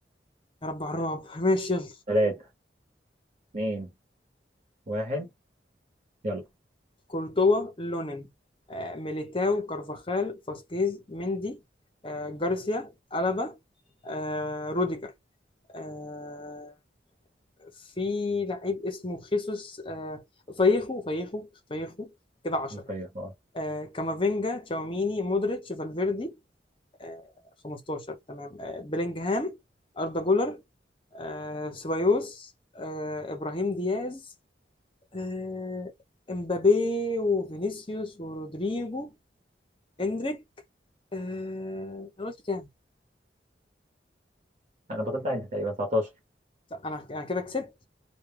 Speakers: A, on the left; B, on the right.
A: يا رب على الرعب ماشي يلا
B: تلاتة اتنين واحد يلا
A: كورتوا لونين آه، ميليتاو كارفاخال فاسكيز مندي آه، جارسيا ألابا آه، روديجر آه، في لعيب اسمه خيسوس آه، فايخو فايخو فايخو كده 10
B: طيب أه
A: كامافينجا تشاوميني مودريتش فالفيردي آه، 15 تمام آه، بلينجهام أردا جولر آه، سيبايوس آه، إبراهيم دياز آه، إمبابي وفينيسيوس ورودريجو إندريك آه، أنا قلت كام؟
B: أنا بطلت أعد تقريبا 19
A: لا، أنا أنا كده كسبت